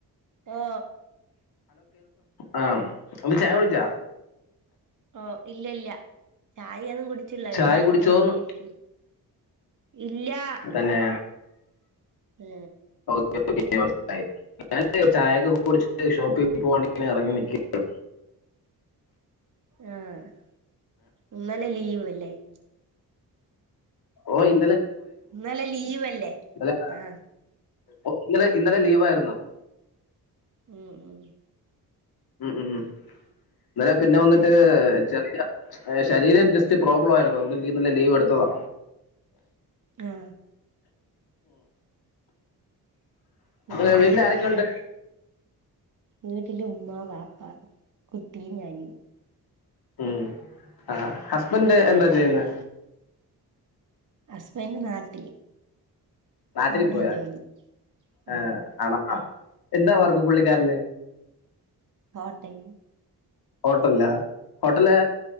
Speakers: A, on the right; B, on the left.
A: ആ
B: ആ ഒന്ന് ചായ കുട്ച്ചോ
A: ഒ ഇല്ലല്ല ചായെന്നും കുടിച്ചില്ല
B: ചായ
A: എണീച്ചിട്ടങ്ങനെ
B: കുടിച്ചോന്ന്
A: ഇരിക്ക്ന്ന് ഇല്ലാ
B: തന്നെ
A: ഏ
B: <unintelligible> ചായൊക്കെ കുടിച്ച് ണ്ട് ഷോപ്പി പോവാ വാണ്ടി ഇങ്ങനെ എറങ്ങി നിക്കെ ട്ടും
A: ആഹ് ഇന്നലെ ലീവ് അല്ലേ ഏ
B: ഓയ് ഇ
A: ഇന്നലെ ലീവല്ലേ
B: ഇന്നലെ
A: ആഹ്
B: ഓ ഇന്നലെ ഇന്നലെ ലീവായിരുന്നു
A: ഉം ഉം
B: ഉം ഉം ഇന്നെലെ പിന്നെ
A: വേറെ
B: വന്നിട്ട് ചെറിയ ഏ ശരീരം ജസ്റ്റ് പ്രോബ്ലം ആയിരുന്നു <unintelligible> ഇന്നെലെ ലീവ് എടുത്തതാ
A: ആഹ് പിന്നെ
B: ആഹ് വിൽ ആരൊക്കെ ഉണ്ട്
A: വീട്ടില് ഉമ്മ വാപ്പ ആഹ് കുട്ടിയി ഞാനി
B: ഉം ആ ഹസ്ബന്ഡ് എന്താ ചെയ്യുന്നെ
A: ഹസ്ബൻഡറ് നാട്ടില്
B: നാട്ടിൽ
A: അവിടെയാ
B: പോയ
A: ജോലി
B: ആ
A: ആഹ്
B: ആണ അ എന്താ വർക്ക് പുള്ളിക്കാരന്
A: ഹോട്ടെലില്
B: ഹോട്ടല്ലോ ഹോട്ടല്